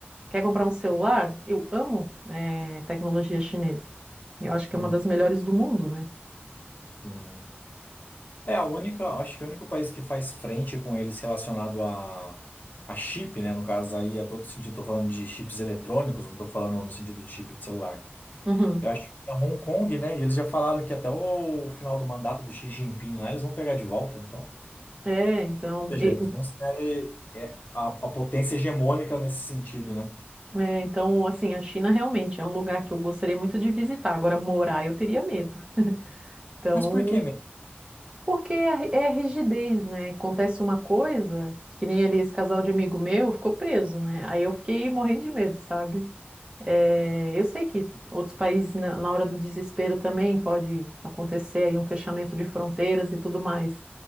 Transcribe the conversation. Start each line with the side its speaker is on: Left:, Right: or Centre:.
Right: quer comprar um celular? Eu amo é, tecnologia chinesa. Eu acho que
Left: Hum,
Right: é uma das melhores do mundo, né?
Left: sim. É a única, acho que o único país que faz frente com eles relacionado a, a chip, né? No caso aí, a todo sentido, estou falando de chips eletrônicos, não estou falando no sentido de chip de celular.
Right: Uhum.
Left: Eu acho que é Hong Kong, né? E eles já falaram que até o final do mandato do Xi Jinping lá, eles vão pegar de volta, então.
Right: É, então,
Left: Ou seja,
Right: e-
Left: eles vão ser é, a, a potência hegemônica nesse sentido, né?
Right: é, então, assim, a China realmente é um lugar que eu gostaria muito de visitar. Agora, morar, eu teria medo. Então,
Left: Mas por que mesmo?
Right: Porque é, é rigidez, né? Acontece uma coisa, que nem ali esse casal de amigo meu ficou preso, né? Aí eu fiquei morrendo de medo, sabe? É, eu sei que outros países, na, na hora do desespero, também pode acontecer aí um fechamento de fronteiras e tudo mais.